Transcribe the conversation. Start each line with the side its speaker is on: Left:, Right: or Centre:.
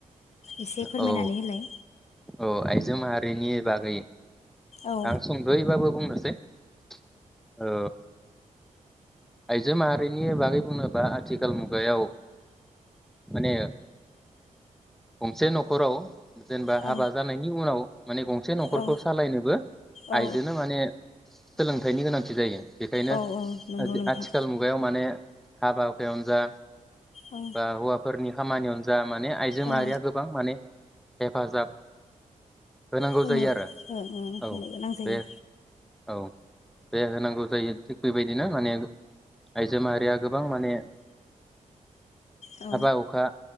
Left: एसे फोरमायनानै
Centre: औ
Left: होलाय
Centre: औ आइजो माहारिनि बागै
Left: औ
Centre: आं सुंद'यै बाबो बुंगोन <unintelligible> औ आइजो माहारिनि बागै बुङोबा आथिखाल मुगायाव माने गंसे न'खराव जेनेबा
Left: औ
Centre: हाबा जानायनि उनाव माने गंसे न'खरखौ
Left: औ
Centre: सालायनोबो
Left: औ
Centre: आइजोनो माने सोलोंथाइनि गोनांथि जायो। बेखायनो
Left: औ औ नंगौ
Centre: आजि
Left: नोंथां
Centre: आथिखाल मुगायाव माने। हाबा हुखायावनो जा।
Left: औ
Centre: बा हुआफोरनि खामानियावनो जा माने। जो
Left: औ
Centre: माहारिया गोबां माने। हेफाजाब। होनांगौ
Left: होनो
Centre: जायो आरो
Left: ओं ओं
Centre: औ
Left: होनो गोनां जायो
Centre: बे औ। बे होनांगौ जायो थिग बेबायदिनो माने आइजो माहारिया गोबां माने।
Left: औ
Centre: हाबा हुखा।